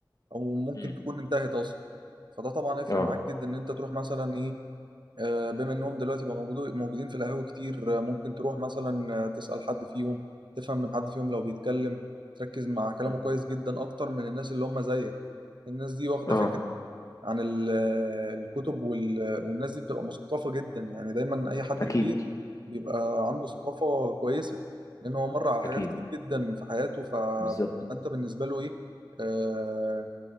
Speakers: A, on the right; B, on the left.
A: أو ممكن
B: مم.
A: تكون انتهت أصلا فده طبعا يفرق
B: اه
A: معاك جدا إن أنت تروح مثلا إيه آه، بما انهم دلوقتي بقى موجودو- موجودين في القهاوي كتير آه، ممكن تروح مثلا آه، تسأل حد فيهم تفهم من حد فيهم لو بيتكلم تركز مع كلامه
B: مم.
A: كويس جدا اكتر من الناس اللي هم زيك الناس دي واخدة
B: اه
A: فكرة عن ال- آه، الكتب وال- والناس دي بتبقى مثقفة جدا يعني دايما اي حد
B: اكيد
A: كبير بيبقى عنده ثقافة كويسة لان هو مر على حاجات
B: اكيد
A: كتير جدا في حياته فانت
B: بالظبط
A: بالنسبة له ايه آه،